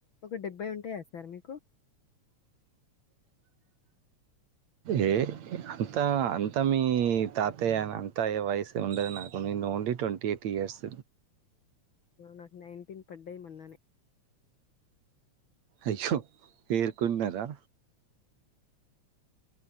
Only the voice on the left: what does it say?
ఒక డెబ్బై ఉంటాయా సార్ మీకు
నాకు నైన్టీన్ పడ్డయి మొన్ననే